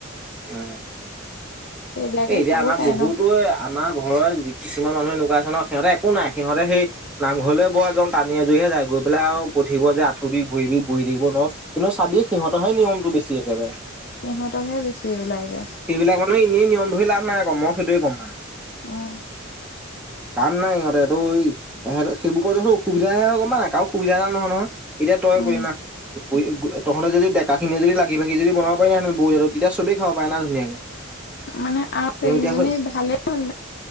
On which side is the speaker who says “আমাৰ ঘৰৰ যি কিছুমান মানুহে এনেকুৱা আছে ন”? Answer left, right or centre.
Centre